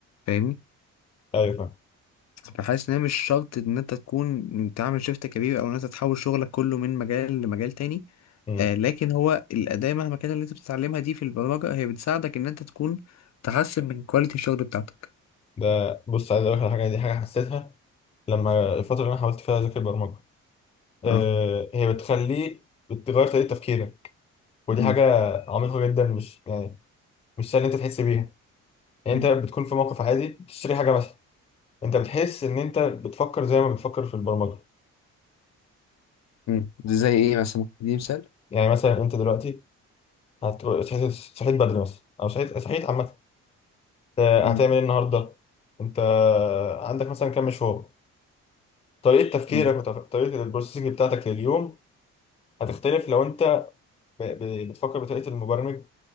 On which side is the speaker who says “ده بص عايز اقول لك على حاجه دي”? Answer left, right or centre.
Left